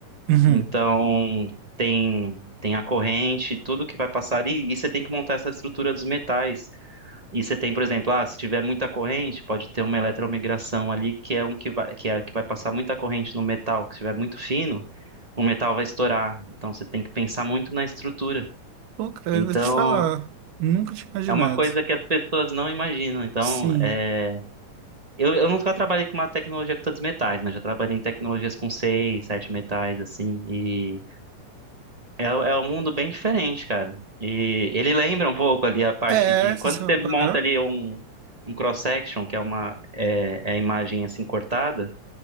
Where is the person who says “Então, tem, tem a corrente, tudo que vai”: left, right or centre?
Right